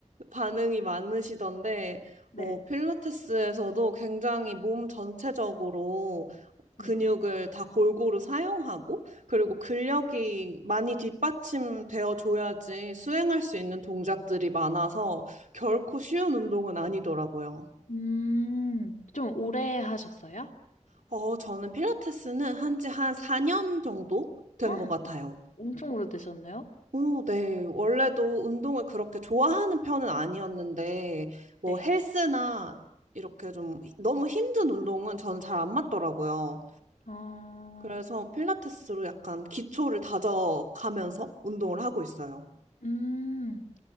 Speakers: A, on the right; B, on the left.
A: 반응이 많으시던데
B: 네.
A: 어, 필라테스에서도 굉장히 몸 전체적으로 근육을
B: 네.
A: 다 골고루 사용하고 그리고 근력이 많이 뒷받침되어 줘야지 수행할 수 있는 동작들이 많아서 결코 쉬운 운동은 아니더라고요.
B: 음, 좀 오래 하셨어요?
A: 어, 저는 필라테스는 한지 한 4년 정도 된
B: 아,
A: 것 같아요.
B: 엄청 오래되셨네요?
A: 오, 네. 원래도 운동을 그렇게 좋아하는 편은 아니었는데, 뭐
B: 네.
A: 헬스나 이렇게 좀 너무 힘든 운동은 저는 잘 안 맞더라고요.
B: 어,
A: 그래서 필라테스로 약간 기초를 다져가면서 운동을 하고 있어요.
B: 음,